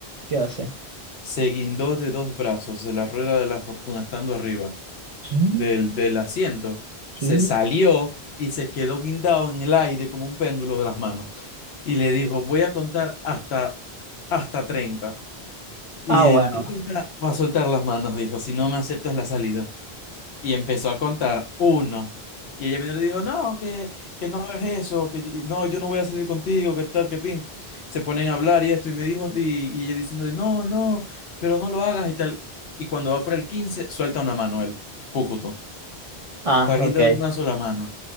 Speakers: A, on the right (about 45°); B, on the left (about 80°).
A: ¿Qué hace?
B: Se guindó de dos brazos de la rueda de la fortuna estando arriba
A: ¿Qué?
B: del, del asiento,
A: ¿Qué?
B: se salió y se quedó guindado en el aire como un péndulo de las manos. Y le dijo, voy a contar hasta, hasta treinta Y
A: Ah,
B: en
A: bueno.
B: 30 va a soltar las manos, dijo, si no me aceptas la salida. Y empezó a contar uno. Y ella mismo le dijo, no, que, que no hagas eso, que yo- no, yo no voy a salir contigo, que tal, que pin. Se ponen a hablar y esto, y me dijo, y, y ella diciéndole, no, no, pero no lo hagas y tal. Y cuando va por el 15 suelta una mano él, púcuto.
A: Ah,
B: Está guindado
A: ok.
B: de una sola mano.